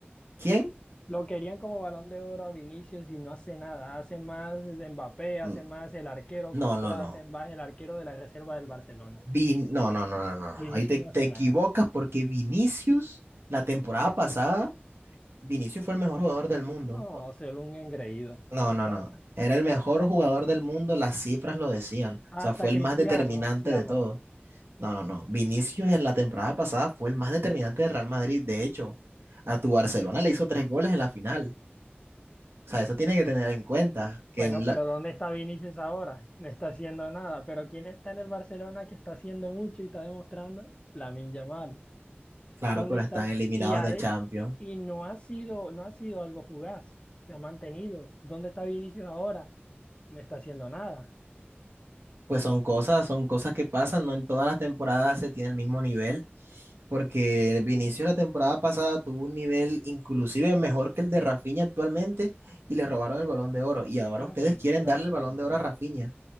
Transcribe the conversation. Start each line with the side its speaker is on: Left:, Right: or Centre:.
Right: ¿Quién?
Left: Lo querían como balón de oro a Vinicius y no hace nada. Hace más Mbappé, hace
Right: Mm,
Left: más el arquero Courtois,
Right: No, no, no.
Left: hace más el arquero de la reserva del Barcelona.
Right: Vin- no, no, no, no, no. no.
Left: Vinicius
Right: Ahí te,
Left: no hace
Right: te equivocas
Left: nada.
Right: porque Vinicius, la temporada pasada, Vinicius fue el mejor jugador del mundo.
Left: No, solo un engreído.
Right: No,
Left: Hasta,
Right: no, no. Era el mejor jugador del mundo, las cifras lo decían. O
Left: hasta
Right: sea, fue el
Left: Cristiano
Right: más determinante
Left: se llama.
Right: de todo. No, no, no. Vinicius en la temporada pasada fue el más determinante del Real Madrid. De hecho, a tu Barcelona le hizo tres goles en la final. O sea, eso tiene que tener en cuenta. Que
Left: Bueno,
Right: un la-
Left: pero ¿dónde está Vinicius ahora? No está haciendo nada. Pero ¿quién está en el Barcelona que está haciendo mucho y está demostrando? Lamine Yamal.
Right: Claro,
Left: ¿Dónde
Right: pero
Left: está?
Right: están eliminados
Left: Y, ha
Right: de
Left: de-
Right: Champions.
Left: y, y no ha sido, no ha sido algo fugaz. Se ha mantenido. ¿Dónde está Vinicius ahora? no está haciendo nada.
Right: Pues son cosas, son cosas que pasan. No en todas las temporadas se tiene el mismo nivel. porque Vinicius la temporada pasada tuvo un nivel inclusive mejor que el de Rafinha actualmente y le robaron el Balón de Oro. Y ahora
Left: Rafinha
Right: ustedes quieren
Left: solo
Right: darle
Left: necesitaba
Right: el Balón
Left: apoyo.
Right: de Oro a Rafinha.